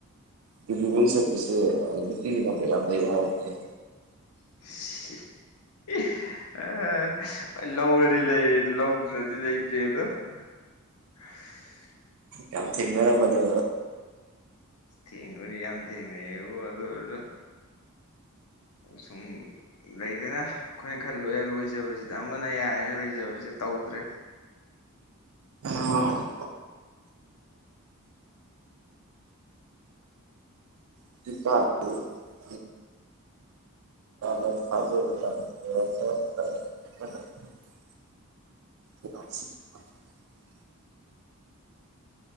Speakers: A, on the right; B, on the left.
A: ꯗꯤꯂꯤꯚꯔꯤ ꯆꯠꯄꯁꯦ ꯅꯨꯡꯇꯤꯒꯤ ꯊꯕꯛ ꯌꯥꯝ ꯂꯩ ꯍꯥꯏꯕꯅꯦ
B: <unintelligible> ꯂꯧꯔꯗꯤ ꯂꯩꯔꯦ ꯂꯧꯗ꯭ꯔꯗꯤ ꯂꯩꯇꯦꯗꯣ <unintelligible>
A: ꯌꯥꯝ ꯊꯦꯡꯅꯔꯝꯃꯗꯣ
B: ꯊꯦꯡꯕꯨꯗꯥ ꯌꯥꯝ ꯊꯦꯡꯅꯩ ꯑꯕꯨ ꯑꯗꯨ ꯑꯣꯏꯁꯨ ꯁꯨꯝ ꯂꯩꯗꯅ ꯑꯩꯈꯣꯏꯅ ꯈ ꯂꯣꯏꯌꯜ ꯑꯣꯏꯗꯕꯁꯤꯗ ꯑꯃꯅ ꯌꯥꯔꯦꯅ ꯂꯩꯖꯕꯁꯤ ꯇꯧꯗ꯭ꯔꯦ
A: ꯑ <unintelligible> <unintelligible> <unintelligible>